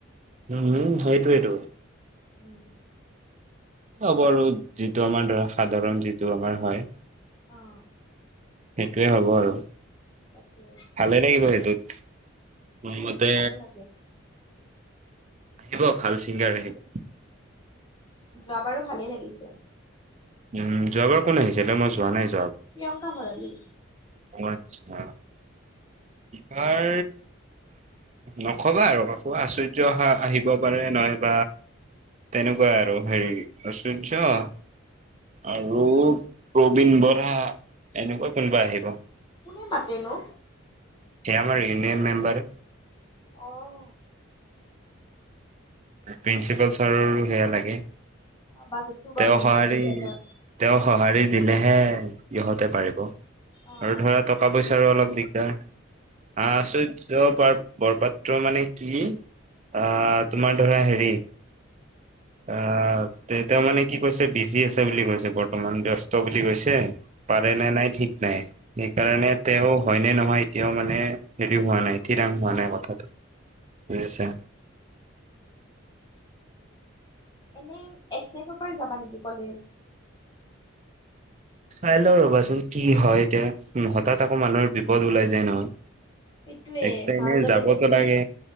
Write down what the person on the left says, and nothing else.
উম।
আহ
তাকে
অ
ভালেই লাগে।
যোৱ বাৰো ভালেই লাগিছে।
প্ৰিয়ংকা ভৰালী।
উম
কোনে মাতেনো
আহ।
বাজেটটো বা
মিলিব
লাগে সিহঁতৰ
অ অ
সেইটোৱে
উম
উম
অ
এনেই এক তাৰিখৰ পৰাই যাবা নেকি কলেজ
সেইটোয়ে
মাজতেতো
তুমি